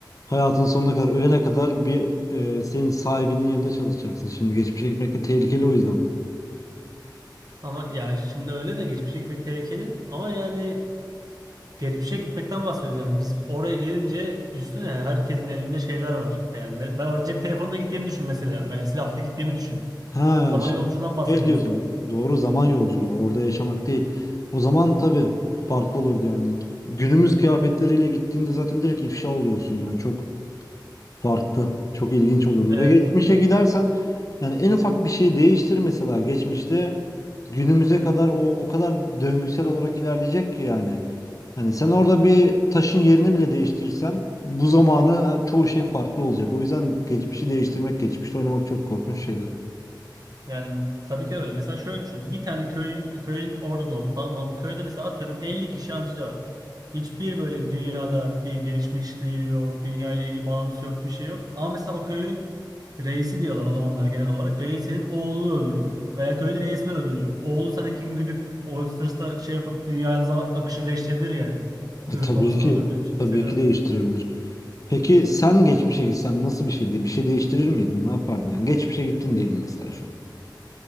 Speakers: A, on the left; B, on the right.
A: Hayatın sonuna kadar, ölene kadar bir e, senin sahibinin yanında çalışacaksın. Şimdi geçmişe gitmek de tehlikeli o yüzden.
B: <laughs> Ama ya şimdi öyle de geçmişe gitmek tehlikeli. Ama yani geçmişe gitmekten bahsediyoruz yani. Biz oraya gelince düşünsene herkesin elinde şeyler var. Yani ben ben oraya cep telefonla gittiğimi düşün mesela veya silahla gittiğimi düşün.
A: Ha,
B: Zaman
A: şey
B: yolculuğundan bahsediyorsun.
A: şey diyorsun. Doğru zaman yolculuğu. Orada yaşamak değil. O zaman tabii farklı olurdu yani. Günümüz kıyafetleriyle gittiğinde zaten direkt ifşa oluyorsun ya. Çok farklı. Çok ilginç olurdu.
B: Ee,
A: Ve geçmişe gidersen yani en ufak bir şey değiştir mesela geçmişte günümüze kadar o o kadar döngüsel olarak ilerleyecek ki yani. Hani sen orada bir taşın yerini bile değiştirsen bu zamanı çoğu şey farklı olacak. O yüzden geçmişi değiştirmek, geçmişte oynamak çok korkunç şeyler.
B: Yani tabii ki öyle. Mesela şöyle düşün. Bir tane köyün köyün orada doğdun tamam mı? Ama köyde mesela atıyorum 50 kişi anca var. Hiçbir böyle dünyada bir gelişmişliği yok. Dünya ile ilgili bağlantısı yok. Bir şey yok. Ama mesela o köyün reisi diyorlar o zamanlar genel olarak. Reisinin oğlunu öldürdün. Veya köyün reisini öldürdün. Oğlu sana kin güdüp o hırsla şey yapıp dünyanın za- akışını değiştirebilir yani.
A: E,
B: Sırf
A: tabii
B: babasını
A: ki
B: öldürdüğün için
A: tabii
B: mesela.
A: ki değiştirebilir. Peki sen geçmişe gitsen nasıl bir şeydi? Bir şey değiştirir miydin? Ne yapardın yani? Geçmişe gittin diyelim mesela şu an.